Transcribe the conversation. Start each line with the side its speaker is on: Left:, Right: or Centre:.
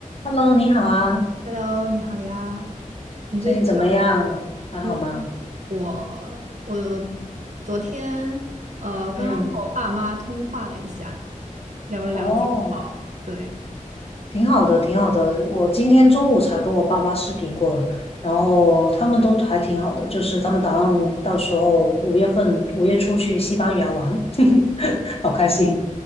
Left: Hello，你好啊，
Right: Hello，你好呀。你最近有
Left: 最近怎么样？还好吗？
Right: 嗯，我我昨天呃刚刚和我爸妈通话了一下，
Left: 嗯，
Right: 聊了聊近况。
Left: 哦，
Right: 对，
Left: 挺好的，挺好的。我今天中午才跟我爸妈视频过了然后他们都还挺好的，就是他们打算到时候五月份五月初去西班牙玩，<laughs> 好开心。